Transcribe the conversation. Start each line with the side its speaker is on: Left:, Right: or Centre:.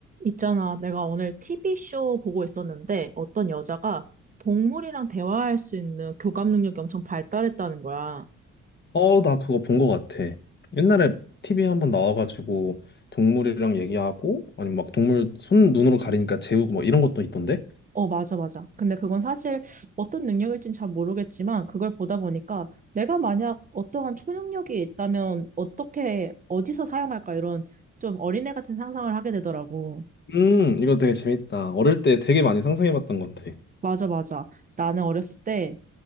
Right: 있잖아, 내가 오늘 TV쇼 보고 있었는데 어떤 여자가 동물이랑 대화할 수 있는 교감 능력이 엄청 발달했다는 거야.
Left: 어, 나 그거 본 거 같아. 옛날에 TV에 한 번 나와가지고 동물이랑 얘기하고 아니 막 동물 손 눈으로 가리니까 재우고 막 이런 것도 있던데?
Right: 어, 맞아, 맞아. 근데 그건 사실 어떤 능력일진 잘 모르겠지만 그걸 보다 보니까 내가 만약 어떠한 초능력이 있다면 어떻게, 어디서 사용할까 이런 좀 어린애 같은 상상을 하게 되더라고.
Left: 음, 이거 되게 재밌다. 어릴 때 되게 많이 상상해봤던 건데.
Right: 맞아, 맞아. 나는 어렸을 때